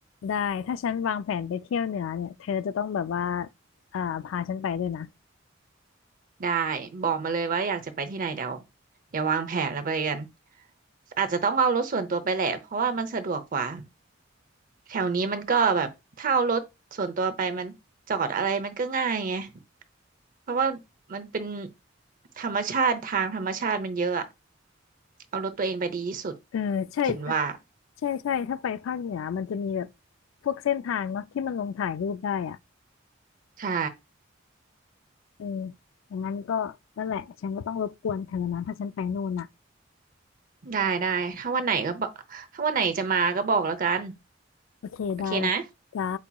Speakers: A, on the left; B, on the right.
A: ได้ถ้าฉันวางแผนไปเที่ยวเหนือเนี่ยเธอจะต้องแบบว่าอ่าพาฉันไปด้วยนะ
B: ได้บอกมาเลยว่าอยากจะไปที่ไหนเดี๋ยวเดี๋ยววางแผนแล้วไปกันอาจจะต้องเอารถส่วนตัวไปแหละเพราะว่ามันสะดวกกว่าแถวนี้มันก็แบบถ้าเอารถส่วนตัวไปมันจอดอะไรมันก็ง่ายไงเพราะว่ามันเป็นธรรมชาติทางธรรมชาติมันเยอะอะเอารถตัวเองไปดีที่สุด
A: เออใช่ถ้า
B: ฉันว่า
A: ใช่ใช่ถ้าไปภาคเหนือมันจะมีแบบพวกเส้นทางเนาะที่มันลงถ่ายรูปได้อะ
B: ใช่
A: เอออย่างนั้นก็นั่นแหละฉันก็ต้องรบกวนเธอนะถ้าฉันไปนู่นน่ะ
B: ได้ได้ถ้าวันไหนก็บอกถ้าวันไหนจะมาก็บอกแล้วกัน
A: โอเคได้
B: โอเคนะ
A: จ้า